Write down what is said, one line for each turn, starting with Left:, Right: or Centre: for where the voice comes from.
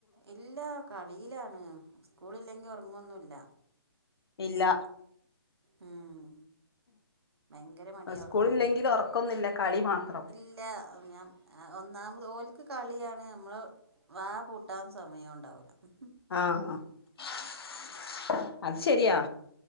Right: ഇല്ലാ കളീല്ലാണ്. സ്കൂളില്ലെങ്കി ഒറങ്ങൊന്നുല്ല.
Left: ഇല്ല
Right: ഉം ഭയങ്കര മടിയ
Left: സ്കൂളില്ലെങ്കിൽ
Right: ഉറങ്ങാന്
Left: ഉറക്കൊന്നുമില്ല കളി മാത്രം
Right: ഇല്ല ഞാൻ എ ഒന്നാമത് ഓല്ക്ക് കളിയാണ് നമ്മൾ വാ പൂട്ടാൻ സമയോണ്ടാവൂല ഹ് ഹ്
Left: ആഹ് ആഹ് അത് ശെരിയാ